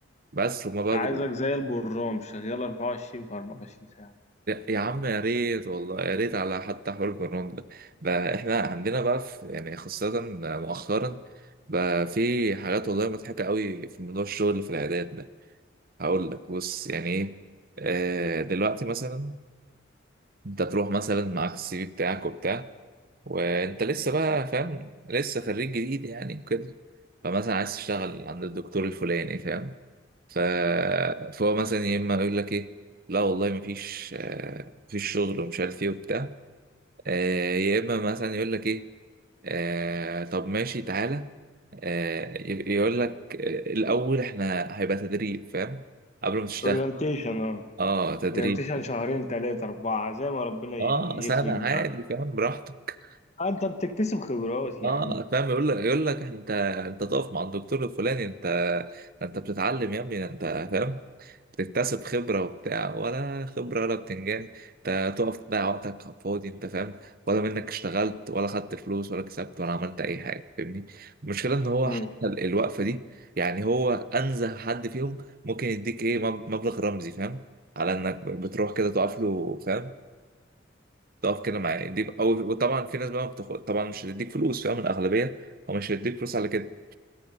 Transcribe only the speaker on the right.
بس هما بقى
بي...
يا عم يا ريت والله يا ريت على حتى حوار البرنامج ده بقى احنا عندنا بقى في يعني خاصة مؤخرا بقى في حاجات والله مضحكة قوي في موضوع الشغل اللي في العيادات ده هقول لك بص يعني ايه آه، دلوقتي مثلا انت تروح مثلا معاك السي في بتاعك وبتاع وانت لسه بقى فاهم لسه خريج جديد يعني كده فمثلا عايز تشتغل عند الدكتور الفلاني فاهم ف... فهو مثلا يا اما يقول لك ايه لا والله مفيش آه، مفيش شغل ومش عارف ايه وبتاع آه، يا اما مثلا يقول لك ايه آه، طب ماشي تعالى آه، ي- يقول لك آه، الاول احنا هيبقى تدريب فاهم قبل ما تشتغل
اه تدريب
اه سنة
عادي
فاهم براحتك
اه
فاهم يقول لك يقول لك إحنا- انت انت تقف مع الدكتور الفلاني انت انت بتتعلم يا ابني انت فاهم بتكتسب خبره وبتاع ولا خبره ولا بتنجان انت تقف تضيع وقتك على الفاضي انت فاهم ولا منك اشتغلت ولا خدت فلوس ولا كسبت ولا عملت اي حاجه فاهمني المشكله ان هو
حتى ال- الوقفه دي يعني هو انزه حد فيهم ممكن يديك ايه مب- مبلغ رمزي فاهم على انك بتروح كده تقف له فاهم تقف كده معاه يديك او وطبعا في ناس بقى ما بتاخد طبعا مش هتديك فلوس فاهم الاغلبيه هو مش هيديك فلوس على كده